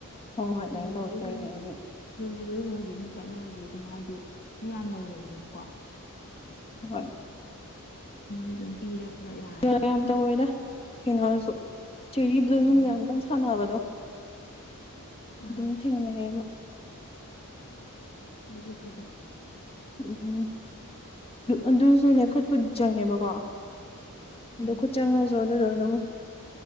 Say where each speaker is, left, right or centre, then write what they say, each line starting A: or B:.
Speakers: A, on the left; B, on the left.
A: ꯍꯣꯏ ꯍꯣꯏ ꯑꯗꯨꯃꯥꯏꯅ
B: ꯗꯦꯂꯤꯕꯔꯤꯁꯨ
A: ꯇꯧꯋꯦ ꯇꯧꯔꯤꯅꯦ ꯑꯩꯁꯨ
B: ꯗꯦꯂꯤꯕꯔꯤꯗ ꯍꯧꯖꯤꯛ ꯃꯤ ꯆꯠꯅꯔꯤ ꯑꯗꯨꯝ ꯍꯥꯏꯗꯤ ꯃꯤ ꯌꯥꯝ ꯂꯩꯔꯦꯗꯅꯀꯣ꯫
A: ꯍꯣꯏ꯫
B: ꯃꯣꯏꯗ ꯑꯗꯨꯝ ꯄꯤꯔꯒ ꯌꯥꯔꯅꯤꯕ
A: ꯀꯥꯗꯔ ꯌꯥꯝ ꯇꯧꯋꯦꯗ ꯀꯩꯅꯣꯗꯨꯁꯨ ꯆꯦꯔꯤꯕꯂꯨꯏ ꯍꯨꯝꯒ
B: ꯎꯝ
A: ꯌꯥꯝ ꯀꯟꯁꯥꯟꯅꯕꯗꯣ꯫
B: ꯑꯥ
A: ꯑꯗꯨꯝ ꯊꯦꯡꯅꯩꯍꯌꯦ ꯃꯥ꯫
B: ꯑꯗꯨꯁꯨ ꯐꯖꯩ꯫
A: ꯎꯝ ꯑꯗꯨꯁꯨꯅꯦ ꯈꯨꯠꯄꯨꯗꯤ ꯆꯪꯉꯦꯕꯀꯣ꯫ ꯑꯗꯨ
B: ꯎꯝ
A: ꯈꯨꯠ ꯆꯪꯉꯁꯨ ꯑꯗꯨꯗ ꯑꯗꯨꯝ